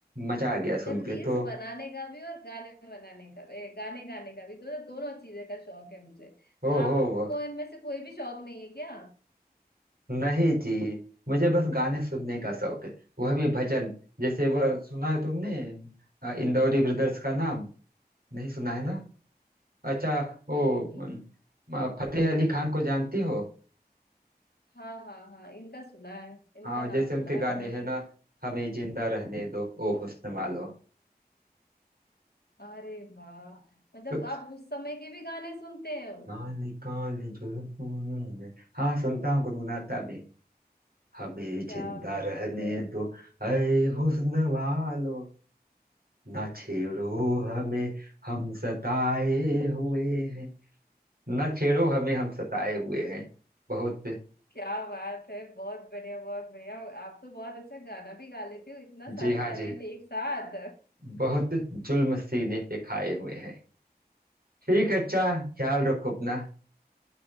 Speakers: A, on the right (about 65°); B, on the left (about 75°).
A: मजा आ गया
B: मतलब
A: सुन
B: रील्स
A: के तो
B: बनाने का भी और गाने बनाने का भी गाने गाने का भी तो मतलब दोनों चीजें का शौक है मुझे तो
A: ओहो
B: आपको इनमें से कोई भी शौक नहीं है क्या
A: नहीं जी मुझे बस गाने सुनने का शौक है वह भी भजन जैसे वह सुना है तुमने अ, इंदौरी ब्रदर्स का नाम नहीं सुना है ना अच्छा वो
B: नहीं
A: अम, अ, फतेह अली खान को जानती हो
B: हाँ हाँ हाँ इनका सुना है इनका
A: हाँ जैसे
B: नाम सुना
A: उनके
B: है
A: गाने
B: मैंने
A: हैं ना हमें जिंदा रहने दो ओ हुस्न वालो
B: अरे वाह मतलब
A: सु-
B: आप उस समय के भी गाने सुनते हो
A: काली काली जुल्फों ने- हाँ सुनता हूँ गुनगुनाता भी हमें
B: क्या
A: जिंदा
B: बात
A: रहने
B: है
A: दो ऐ हुस्न वालो ना छेड़ो हमें हम सताए हुए हैं ना छेड़ो हमें हम सताए हुए हैं बहुत
B: क्या बात है बहुत बढ़िया बहुत बढ़िया आप तो बहुत अच्छा गाना भी गा लेते हो इतना
A: जी
B: सारे
A: हाँ
B: टैलेंट
A: जी
B: एक साथ
A: बहुत जुल्म सीने पे खाए हुए हैं ठीक है अच्छा ख्याल रखो अपना